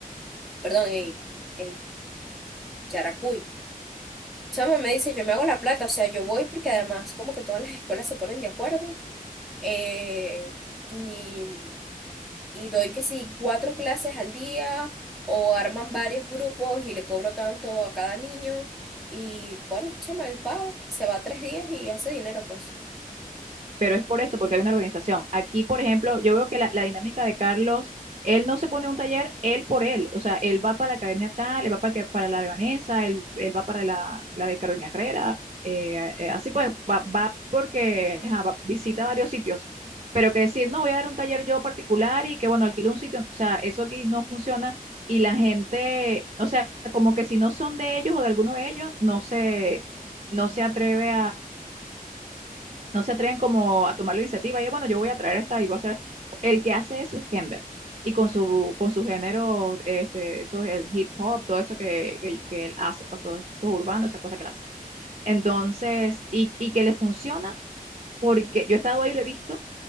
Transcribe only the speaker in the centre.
perdón, en, en Yaracuy. Chamo me dice, yo me hago la plata, o sea, yo voy porque además como que todas las escuelas se ponen de acuerdo eh, y, y doy que sí, cuatro clases al día o arman varios grupos y le cobro tanto a cada niño. Y bueno, chaval, va, se va tres días y hace dinero, pues.